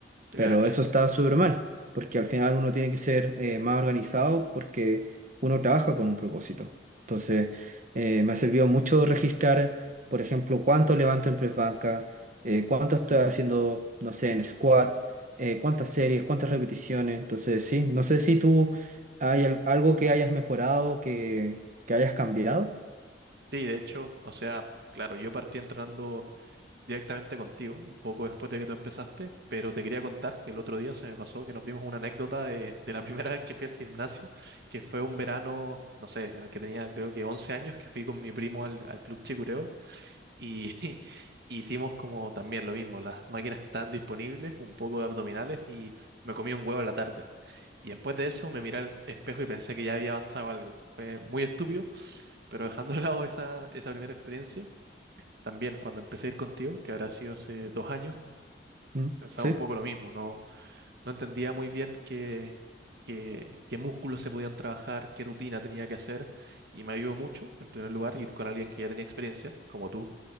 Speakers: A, on the right; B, on the right.
A: te
B: Pero
A: cacho.
B: eso está súper mal, porque al final uno tiene que ser eh, más organizado porque uno trabaja con un propósito. Entonces, eh, me ha servido mucho registrar, por ejemplo, cuánto levanto en press banca, eh, cuánto estoy haciendo, no sé, en squat, eh, cuántas series, cuántas repeticiones. Entonces, sí, no sé si tú hay al- algo que hayas mejorado, que, que hayas cambiado.
A: Sí, de hecho, o sea, claro, yo partí entrando directamente contigo, un poco después de que tú empezaste, pero te quería contar, el otro día se me pasó que nos vimos una anécdota de, de la primera <laughs> vez que fui al gimnasio, que fue un verano, no sé, en el que tenía creo que 11 años, que fui con mi primo al, al Club Chicureo y <laughs> hicimos como también lo mismo, las máquinas que estaban disponibles, un poco de abdominales y me comí un huevo en la tarde. Y después de eso me miré al espejo y pensé que ya había avanzado algo. Fue muy estúpido, pero dejando de lado esa, esa primera experiencia. También cuando empecé a ir contigo, que habrá sido hace dos años,
B: ¿Mm?
A: pensaba
B: Sí,
A: un poco lo mismo, no, no entendía muy bien qué, qué, qué músculos se podían trabajar, qué rutina tenía que hacer, y me ayudó mucho, en primer lugar, ir con alguien que ya tenía experiencia, como tú,